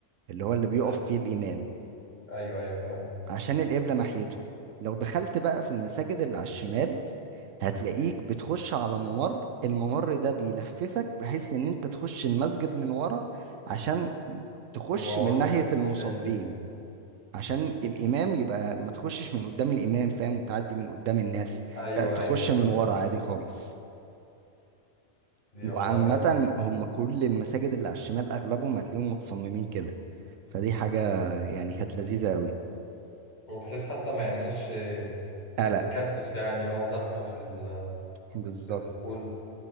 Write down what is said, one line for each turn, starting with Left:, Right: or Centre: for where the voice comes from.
Right: اللي هو اللي بيقف
Left: آه،
Right: فيه الإمام
Left: ايوه ايوه فاهم
Right: عشان القبلة ناحيته لو دخلت بقى في المساجد اللي على الشمال هتلاقيك بتخش على ممر الممر ده بيلففك بحيث ان انت تخش المسجد من ورا عشان تخش
Left: تبقى
Right: من
Left: برضه
Right: ناحية
Left: في ابتدائي
Right: المصلين عشان الإمام يبقى ما تخشش من قدام الإمام فاهم وتعدي من قدام الناس
Left: ايوه
Right: لا تخش
Left: ايوه ايوه
Right: من
Left: صح
Right: ورا عادي خالص
Left: دي والله
Right: وعامة
Left: حلوة جدا
Right: هم كل المساجد اللي على الشمال أغلبهم هتلاقيهم متصممين كده فدي حاجة يعني كانت لذيذة أوي
Left: وبحيث حتى ما يعملش
Right: قلق
Left: تكدس يعني اه وزحمة في ال-
Right: بالظبط
Left: في الدخول